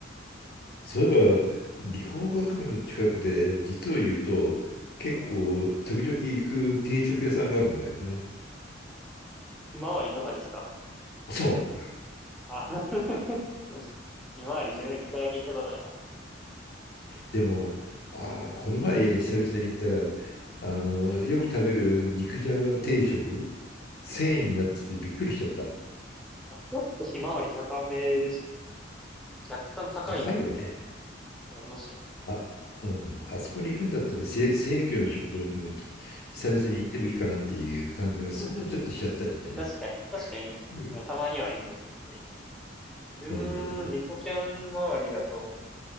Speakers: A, on the left (about 55°); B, in the centre.
A: そういえば、理工学部の近くで、実を言うと、結構、
B: はい。
A: 時々行く定食屋さんがあるんだよね。
B: ひまわりとかですか
A: そう。
B: あ、<laughs> ひまわり自分一回だけ行ったことあります。
A: でも、あー、この前、久々に行ったら、あの、
B: はい。
A: よく食べる肉じゃが定食、1
B: はい。
A: 0円になっててびっくりしちゃった。
B: あ、ちょっとひまわり高めですよ。若干高いなって
A: 高いよね。
B: 思いましたね
A: あ、うん。あそこに行くんだったら、せ生協の食堂にも行き久々に行ってもいいかなっていう感じはし、
B: <laughs>
A: ちょっとしちゃったりしてね。
B: 確かに、確かに、
A: うん。
B: たまにはいいですね、生協。自分、
A: うん。
B: リコキャン周りだと、
A: で